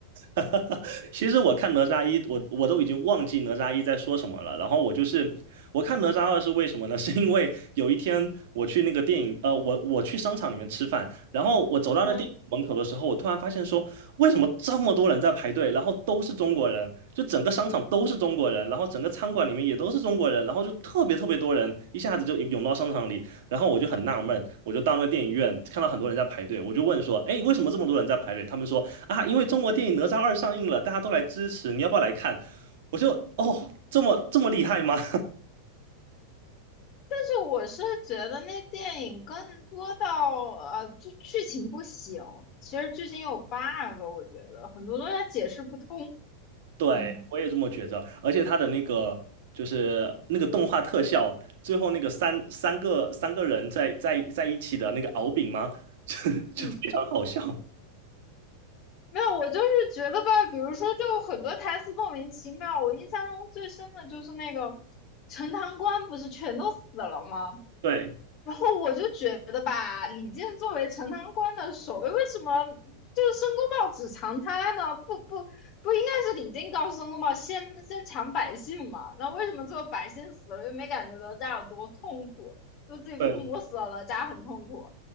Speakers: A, on the right (about 55°); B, on the left (about 40°).
A: <laughs> 其实我看哪吒一，我我都已经忘记哪吒一在说什么了。然后我就是我看哪吒二是为什么呢？<laughs> 是因为有一天我去那个电影，呃，我我去商场里面吃饭，然后我走到那电影门口的时候，
B: <laughs> 嗯。
A: 我突然发现说，为什么这么多人在排队？然后都是中国人，就整个商场都是中国人，然后整个餐馆里面也都是中国人，然后就特别特别多人，一下子就涌到商场里。然后我就很纳闷，我就到那电影院看到很多人在排队，我就问说，哎，为什么这么多人在排队？他们说。啊，因为中国电影《哪吒二》上映了，大家都来支持，你要不要来看？我就哦，这么这么厉害吗？
B: 但是我是觉得那电影更多到呃，就剧情不行。其实剧情有 bug，我觉得很多东西解释不通。
A: <laughs> 对，
B: 嗯
A: 我也这么觉着。而且他的那个就是那个动画特效，最后那个三三个三个人在在在一起的那个敖丙吗？<laughs> 就就非常好笑。
B: 嗯，没有，我就是觉得吧，比如说，就很多台词莫名其妙。我印象中最深的就是那个陈塘关不是全都死了吗？
A: 对，
B: 然后我就觉得吧，李靖作为陈塘关的守卫，为什么就是申公豹只藏他呢？不不不，应该是李靖告诉申公豹先先抢百姓嘛？那为什么最后百姓死了又没感觉哪吒有多痛苦？就自己父母死了，
A: 对
B: 哪吒很痛苦。